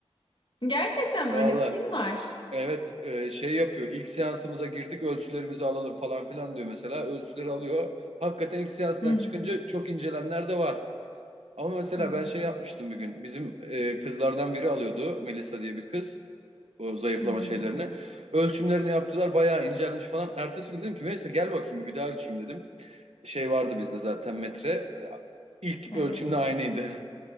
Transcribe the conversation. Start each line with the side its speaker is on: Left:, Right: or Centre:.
Left: Gerçekten
Right: <laughs> Valla
Left: böyle bir şey mi var?
Right: evet e, şey yapıyor. İlk seansımıza girdik ölçülerimizi alalım falan filan diyor mesela. Ölçüleri alıyor. Hakikaten ilk seanstan
Left: Hı hı.
Right: çıkınca çok incelenler de var. Ama mesela
Left: Hı hı.
Right: ben şey yapmıştım bir gün. Bizim e, kızlardan biri alıyordu. Melisa diye bir kız. o zayıflama
Left: Hı hı.
Right: şeylerini. Ölçümlerini yaptılar bayağı incelmiş falan. Ertesi gün dedim ki Melisa gel bakayım bir, daha ölçeyim dedim. Şey vardı bizde zaten metre. İlk
Left: Evet.
Right: ölçümle aynıydı.